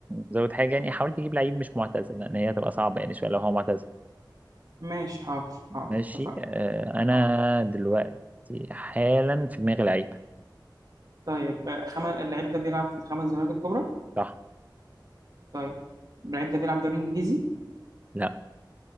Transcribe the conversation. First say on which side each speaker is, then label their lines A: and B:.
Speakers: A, on the right (about 20°); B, on the right (about 55°).
A: نزود حاجه يعني حاول تجيب لعيب مش معتزل لان هي هتبقى صعبه يعني شويه لو هو معتزل
B: ماشي حاضر حاضر
A: ماشي
B: اتفقنا
A: آه انا
B: اه
A: دلوقتي حالا في دماغي لعيب
B: طيب آه، خم... اللعيب ده بيلعب في الخمس دوريات الكبرى
A: صح
B: طيب اللعيب ده بيلعب دوري انجليزي
A: لا